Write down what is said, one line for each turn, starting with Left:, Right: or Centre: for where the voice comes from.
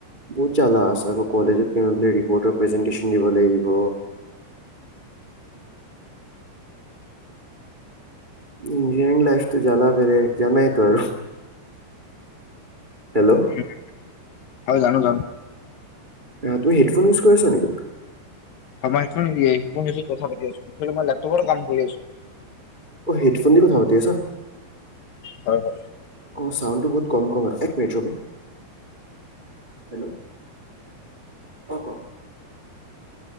Right: বহুত জ্বালা আছে। আকৌ কলেজত বোলে ৰিপৰ্টৰ প্ৰেজেনটেচন দিব লাগিব। ইঞ্জিনিয়াৰিং লাইফটো জ্বালা বেলে, এক জনাইতো আৰু। হেল্ল'।
Left: উ, হয় জানো জানো।
Right: অ' তুমি হেডফোন ইউজ কৰিছা নেকি?
Left: হয় মই হেডফোন নিয়ে সেইটো কথা পাতি আছোঁ, মই লেপটপৰ কাম কৰি আছোঁ।
Right: অ' হেডফোন দি কথা পাতি আছা?
Left: হয় হয়।
Right: অ' চাউণ্ডটো বহুত কম কম হয়। এক মিনিট ৰ'বা। হেল্ল'। অ' ক?